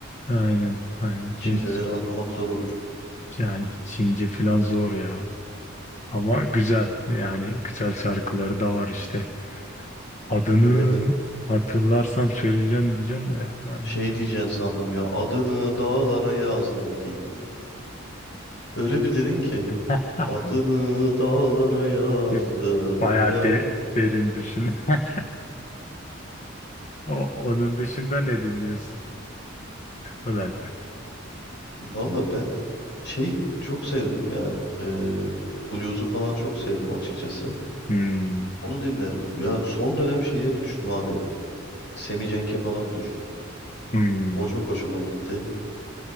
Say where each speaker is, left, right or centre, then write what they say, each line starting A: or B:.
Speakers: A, on the left; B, on the left.
A: Aynen. Aynen. Şey,
B: Çinlileri anlamak zor olur.
A: yani Çince filan zor ya. Ama güzel yani güzel şarkıları da var işte. Adını
B: Evet.
A: hatırlarsam söyleyeceğim diyeceğim de ben
B: Şey
A: bir,
B: diyeceksin sandım ya. Adını dağlara yazdım değil. Öyle bir dedin ki.
A: <laughs>
B: Adını dağlara yazdım
A: bir bayağı
B: ya.
A: de, derin düşün. <laughs> O, onun dışında ne dinliyorsun? Ulan.
B: Valla ben şeyi çok sevdim ya. Ee, blues'u falan çok sevdim açıkçası.
A: Hmm,
B: Onu dinlerim. Ya son dönem şeye düştüm abi. Semi Cenk'e falan düştüm.
A: hmm.
B: O çok hoşuma gitti.